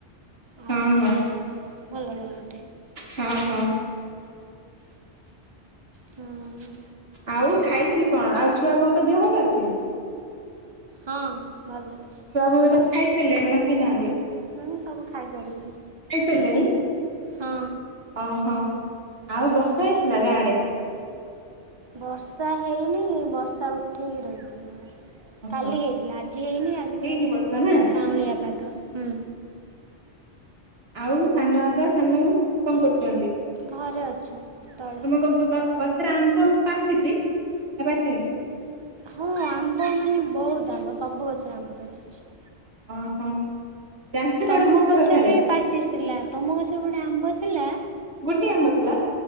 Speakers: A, on the right (about 30°); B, on the right (about 60°).
A: ଆଉ
B: ହଁ
A: ଗୋଟେ
B: ହଁ
A: ଭଲ ଭଲ
B: ହଁ ହଁ।
A: ହଁ
B: ଆଉ ଖାଇଥିଲୁ କଣ, ଆଉ ଛୁଆ ବୋଉଙ୍କ ଦେହ ଭଲ ଅଛି।
A: ହଁ ଭଲ। ଅଛି
B: ଛୁଆ ବୋଉ ହେରା ଖାଇସାରିଲେନି ନା ଖାଇନାହାନ୍ତି।
A: ହୁଁ ସବୁ ଖାଇ ସାରିଲେଣି।
B: ଖାଇସାରିଲେଣି।
A: ହଁ।
B: ଓହୋ ଆଉ ବର୍ଷା ହେଇଥିଲା ଗାଁ ଆଡେ।
A: ବର୍ଷା ହେଇନି ବର୍ଷା ଉଠେଇକି ରହିଛି।
B: ଓହୋ
A: କାଲି ହେଇଥିଲା। ଆଜି ହେଇନି ଆଜି
B: ହେଇନି
A: ପୁରା କିନ୍ତୁ
B: ବର୍ଷା ନା
A: କାଉଁଳିଆ ପାଗ ହୁଁ।
B: ଆଉ ସାନ ବାପା ସାନବୋଉ କଣ କରୁ ଚନ୍ତି <unintelligible>
A: ଘରେ ଅଛ ତଳେ
B: ସେରା ଆମ୍ୱ ପାଚିଛି ନା ପାଚିନି।
A: ହଁ ଆମ୍ବ ମାନେ ବହୁତ ଆମ୍ବ ସବୁ ଗଛରେ ଆମ୍ବ ପାଚିଛି।
B: ଓହୋ। ଜାଣିଛୁ ନା
A: ତମ
B: ଗୋଟେ ହସ
A: ଗଛରେ
B: କଥାଟେ
A: ବି ପାଚି ଥିଲା। ତମ ଗଛରେ ଗୋଟେ ଆମ୍ବ ଥିଲା।
B: ଗୋଟେ ଆମ୍ୱ ଥିଲା।